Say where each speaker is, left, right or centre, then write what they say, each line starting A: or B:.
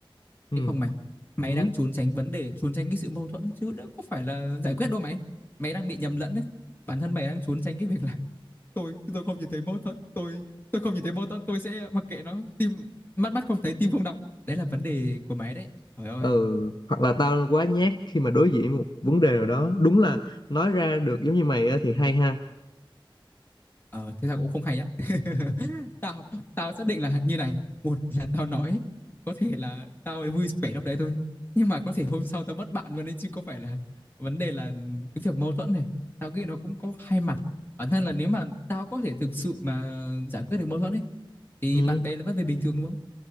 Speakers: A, on the left (about 55°); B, on the left (about 25°).
A: ừ
B: Ê không mày, mày
A: ừ
B: đang trốn tránh vấn đề, trốn tránh cái sự mâu thuẫn chứ đâu có phải là giải quyết đâu mày. Mày đang bị nhầm lẫn đấy. Bản thân mày đang trốn tránh cái việc là tôi tôi không nhìn thấy mâu thuẫn, tôi tôi không nhìn thấy mâu thuẫn, tôi sẽ mặc kệ nó, tim mắt mắt không thấy tim không đau. Đấy là vấn đề của mày đấy. Trời ơi.
A: ừ hoặc là tao quá nhát khi mà đối diện một vấn đề nào đó đúng là nói ra được giống như mày á thì hay ha
B: Ờ, thế là cũng không hay á. <laughs> Tao tao xác định là như này, một là tao nói có thể là tao vui vẻ lúc đấy thôi, nhưng mà có thể hôm sau tao mất bạn luôn đấy chứ có phải là vấn đề là cái việc mâu thuẫn này. Tao nghĩ nó cũng có hai mặt. Bản thân là nếu mà tao có thể thực sự mà giải quyết được mâu thuẫn ấy thì
A: ừ
B: bạn bè là vẫn về bình thường đúng không?